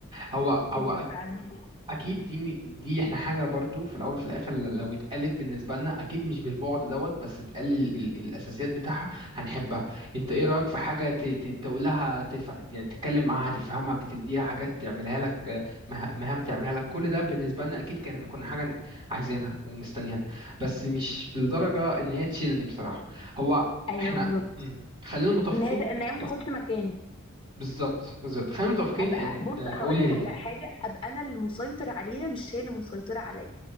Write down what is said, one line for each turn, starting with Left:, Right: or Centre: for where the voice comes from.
Right: هو هو
Left: ايوه فعلا
Right: اكيد دي م- دي احنا حاجه برضو في الاول وفي الاخر ل- لو اتقالت بالنسبه لنا اكيد مش بالبعد دوت بس اتقال ال- ال- الاساسيات بتاعها هنحبها انت ايه رايك في حاجه ت- ت- تقولها تف... يعني تتكلم معاها تفهمك تديها حاجات تعملها لك آه، مه- مهام تعملها لك كل ده بالنسبه لنا اكيد كان كنا حاجه عايزينها ومستنيينها بس مش بالدرجه ان هي تشيلني بصراحه هو
Left: ايوه
Right: احنا
Left: بالظبط
Right: مم. خلينا متفقين
Left: ان هي ان هي ما
Right: مم.
Left: تاخدش مكاني
Right: بالظبط بالظبط خلينا متفقين
Left: ابقى
Right: ان
Left: بص هقول
Right: قولي
Left: لك
Right: ليه
Left: على حاجه ابقى انا اللي مسيطر عليها مش هي اللي مسيطره عليا